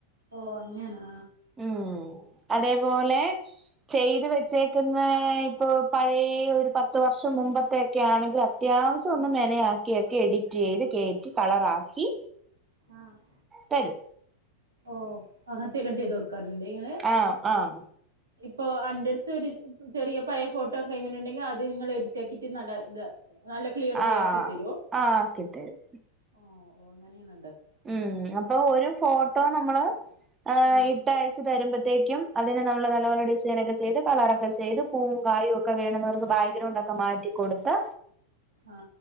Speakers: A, on the right (about 75°); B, on the right (about 20°).
A: ഓ അങ്ങനാ
B: ഉം അതേപോലെ ചെയ്ത് വെച്ചേക്കുന്ന ഇപ്പൊ പഴയ ഒരു പത്ത് വർഷം മുമ്പത്തെ ഒക്കെയാണെങ്കിൽ അ ത്യാവശ്യം ഒന്ന് മെനയാക്കിയക്കെ എഡിറ്റ് ചെയ്ത് കേറ്റി കളറാക്കി
A: ആഹ്
B: തരും
A: ഓ അങ്ങനത്തെ എല്ലാം ചെയ്ത് കൊടുക്കാറുണ്ട്ങ്ങള്?
B: ആഹ് ആഹ്
A: ഇപ്പൊ അന്റെട്ത്ത് ഒര് ചെറിയ പഴയ ഫോട്ടോ കയ്യിലിണ്ടെങ്കിൽ അത് നിങ്ങള് എ ടിറ്റാക്കിയിട്ട് നല്ല ഇത നല്ല ക്ലിയർ ഉള്ളി
B: ആഹ്
A: ആക്കി തരുവോ
B: ആക്കി തരും.
A: ഓ ഓ അങ്ങനെയണ
B: ഉം അപ്പൊ ഒരു ഫോട്ടോ നമ്മള് ഏ
A: ആ
B: ഇട്ട വച്ച് തരുമ്പോഴത്തേക്കും അതിന് നമ്മള് നല്ല നല്ല ഡിസൈനൊക്കെ ചെയ്ത് കളറൊക്കെ ചെയ്ത് പൂവും കായും ഒക്ക ക്കെ വേണുന്ന് പറയുമ്പ ബാക്ക്ഗ്രൗണ്ട് ഒക്കെ മാറ്റി കൊടുത്ത്
A: ആ